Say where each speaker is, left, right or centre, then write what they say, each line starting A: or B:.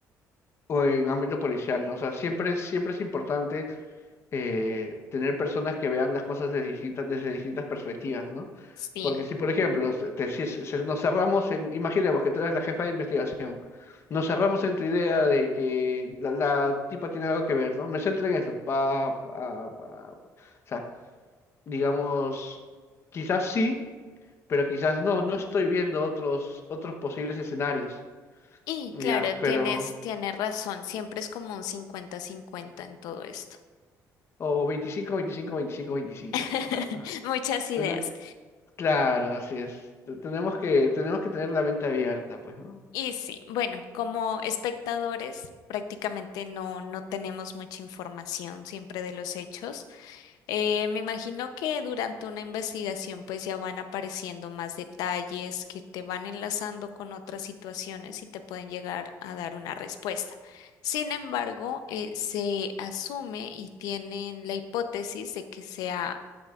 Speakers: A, on the left; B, on the left.
A: o en ámbito policial, ¿no? O sea, siempre, siempre es importante eh, tener personas que vean las cosas desde distintas, desde distintas perspectivas, ¿no?
B: Sí.
A: Porque si, por ejemplo, se- te- si se- se- nos cerramos en, imaginemos que tú eres la jefa de investigación, nos cerramos en tu idea de que la, la tipa tiene algo que ver, ¿no? Me centro en eso, pa, pa, pa, pa. O sea, digamos, quizás sí, pero quizás no, no estoy viendo otros, otros posibles escenarios,
B: Y
A: ya,
B: claro,
A: pero,
B: tienes, tienes razón. Siempre es como un cincuenta-cincuenta en todo esto.
A: o veinticinco veinticinco veinticinco veinticinco
B: <laughs>
A: ¿no? O sea,
B: Muchas ideas.
A: tene- claro, así es, Te- tenemos que, tenemos que tener la mente abierta, pues, ¿no?
B: Y sí, bueno, como espectadores prácticamente no, no tenemos mucha información siempre de los hechos. Eh, me imagino que durante una investigación pues ya van apareciendo más detalles que te van enlazando con otras situaciones y te pueden llegar a dar una respuesta. Sin embargo, eh, se asume y tienen la hipótesis de que sea